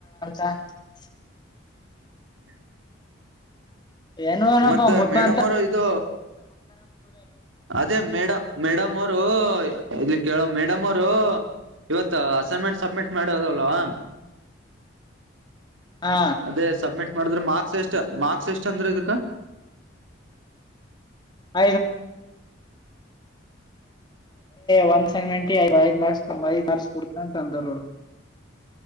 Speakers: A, on the left; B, on the right.
A: ಹ
B: <inaudible>
A: ಏನು ಏನಪ್ಪ
B: ಮತ್ತ
A: ಮುತ್ತಂತ
B: ಮೇಡಮ್ ಅವರು ಇದು ಅದೇ ಮೇಡ ಮೇಡಮ್ ಅವರು ಇಲ್ಲಿ ಕೇಳೋ ಮೇಡಮ್ ಅವರು ಇವತ್ ಅಸೈನ್ಮೆಂಟ್ ಸಬ್ಮಿಟ್ ಮಾಡಿದವಲ್ವಾ
A: ಹಾ
B: ಅದೇ ಸಬ್ಮಿಟ್ ಮಾಡಿದ್ರೆ ಮಾರ್ಕ್ಸ್ ಎಷ್ಟ ಮಾರ್ಕ್ಸ್ ಎಷ್ಟ ಅಂದ್ರೆಗತ್ತ ಕ
A: <inaudible> ಹಸೈನ್ಮೆಂಟ್ಗೆ ಐದು ಮಾರ್ಕ್ಸ್ ಕೊಡ್ತೀನಿ ಅಂದರೆ